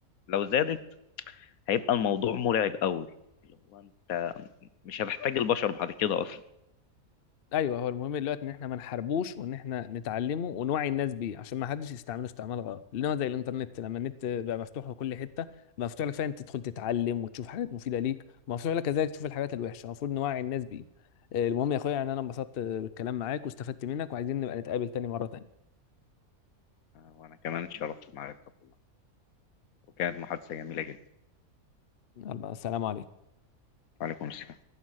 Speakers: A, on the left; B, on the left.
A: لو زادت هيبقى الموضوع مرعب قوي اللي هو أنت مش هتحتاج البشر بعد كده أصلا
B: ايوه هو المهم دلوقتي ان احنا ما نحاربوش وان احنا نتعلمه ونوعي الناس بيه عشان ما حدش يستعمله استعمال غلط لان هو زي الانترنت لما النت بقى مفتوح لكل حته بقى مفتوح لك فعلا تدخل تتعلم وتشوف حاجات مفيده ليك مفتوح لك كذلك تشوف الحاجات الوحشه المفروض نوعي الناس بيه آه، المهم يا اخويا يعني انا انبسطت بالكلام معاك واستفدت منك وعايزين نبقى نتقابل تاني مره تانيه
A: وأنا كمان اتشرفت بمعرفتك والله وكانت محادثة جميلة جدا
B: يلا السلام عليكم
A: وعليكم السلام